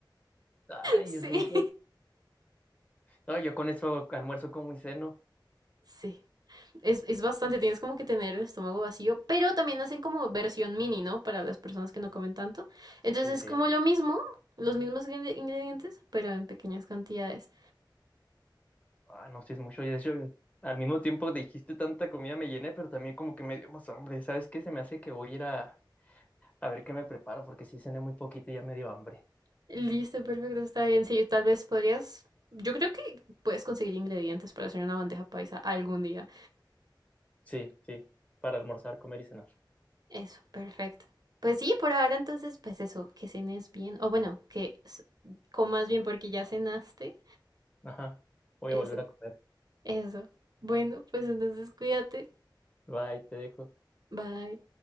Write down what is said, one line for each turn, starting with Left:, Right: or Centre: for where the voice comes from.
Left: ay,
Right: Sí,
Left: es mucho. No, yo con eso almuerzo como y ceno.
Right: sí. Es, es bastante, tienes como que tener el estómago vacío, pero también hacen como versión mini, ¿no? Para las personas que no comen tanto. Entonces
Left: Sí,
Right: es
Left: sí,
Right: como
Left: porque-
Right: lo mismo, los mismos ingre- ingredientes, pero en pequeñas cantidades.
Left: ah, no, sí es mucho. Yo, de hecho, al mismo tiempo dijiste tanta comida, me llené, pero también como que me dio más hambre. ¿Sabes qué? Se me hace que voy a ir a A ver qué me preparo, porque sí cené muy poquito y ya me dio hambre.
Right: Listo, perfecto, está bien. Sí, tal vez podrías. Yo creo que puedes conseguir ingredientes para hacer una bandeja paisa algún día.
Left: Sí, sí, para almorzar, comer y cenar.
Right: Eso, perfecto. Pues sí, por ahora entonces, pues eso, que cenes bien. O bueno, que s- comas bien porque ya cenaste.
Left: Ajá, voy
Right: Eso,
Left: a volver a comer.
Right: eso. Bueno, pues entonces cuídate.
Left: Bye, te dejo.
Right: Bye.